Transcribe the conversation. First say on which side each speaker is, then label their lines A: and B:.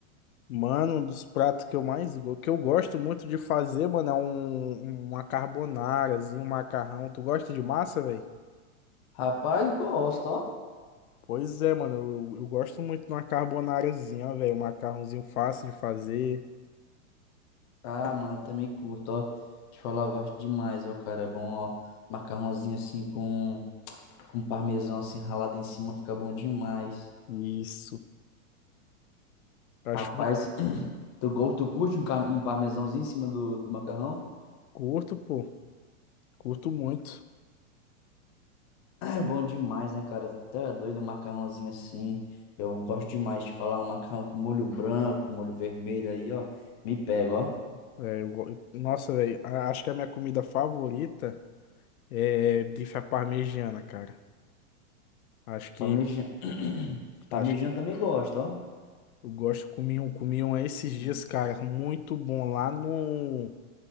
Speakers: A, on the left; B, on the left.
A: Mano, um dos pratos que eu mais go- que eu gosto muito de fazer, mano, é um, uma carbonarazinha, um macarrão. Tu gosta de massa, velho?
B: Rapaz, gosto, ó.
A: Pois é, mano, eu, eu gosto muito de uma carbonarazinha, ó, velho, um macarrãozinho fácil de fazer.
B: Ah, mano, eu também curto, ó. Te falar, eu gosto demais, ó, cara. É bom, ó. Macarrãozinho assim com, com parmesão assim ralado em cima, fica bom demais.
A: Isso. Acho
B: Rapaz,
A: muito
B: <clears throat> tu, go- tu curte um, car- um parmesãozinho em cima do, do macarrão? <clears throat>
A: curto, pô. Curto muito.
B: É bom demais, né, cara? Tá doido um macarrãozinho assim. Eu gosto demais de falar um macarrão com molho branco, molho vermelho aí, ó. Me pega, ó.
A: É, eu go- nossa, velho, a- acho que a minha comida favorita é bife à parmegiana, cara. Acho que
B: Parmegiana. <clears throat>
A: tá,
B: Parmegiana
A: acho-
B: também gosto, ó.
A: eu gosto, comi um, comi um esses dias,
B: Hum,
A: cara, muito bom lá no